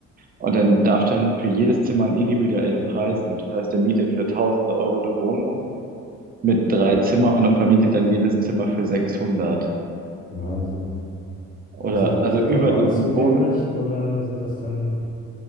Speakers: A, on the right; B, on the left.
A: Und dann darf dann für jedes Zimmer einen individuellen Preis nehmen. Das heißt, er mietet für tausende Euro eine Wohnung mit drei Zimmern und vermietet dann jedes Zimmer für sechshundert
B: Wahnsinn.
A: Oder,
B: Und sind die
A: also
B: separat
A: über dem
B: zugänglich
A: Wohnen.
B: oder sind das dann